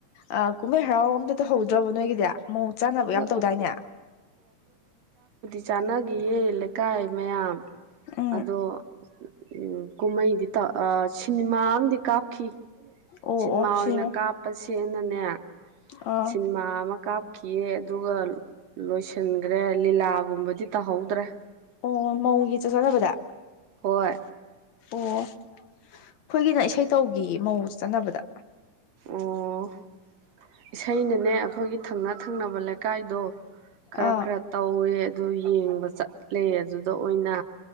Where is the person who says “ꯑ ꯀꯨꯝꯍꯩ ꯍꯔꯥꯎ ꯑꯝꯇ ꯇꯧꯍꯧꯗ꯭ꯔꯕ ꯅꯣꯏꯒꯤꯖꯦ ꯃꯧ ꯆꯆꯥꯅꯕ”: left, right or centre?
Left